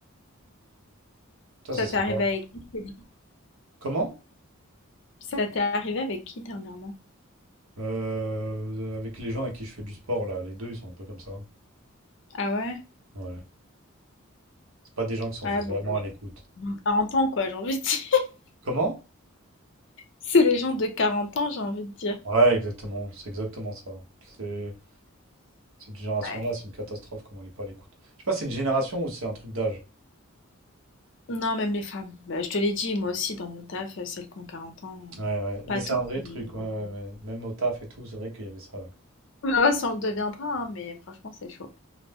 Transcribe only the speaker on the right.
Toi,
ça serait
quoi?
Comment?
Euh, avec les gens avec qui je fais du sport, là, les deux, ils sont un peu comme ça.
Ouais. C'est pas des gens qui sont
vraiment
à l'écoute.
Comment?
Ouais, exactement, c'est exactement ça. C'est cette génération-là,
c'est une catastrophe comment elle n'est pas à l'écoute. Je sais pas, c'est une génération ou c'est un truc d'âge.
Ouais,
ouais, mais
c'est
un vrai
truc, ouais,
ouais,
ouais. Même au taf et tout, c'est vrai qu'il y avait ça, ouais.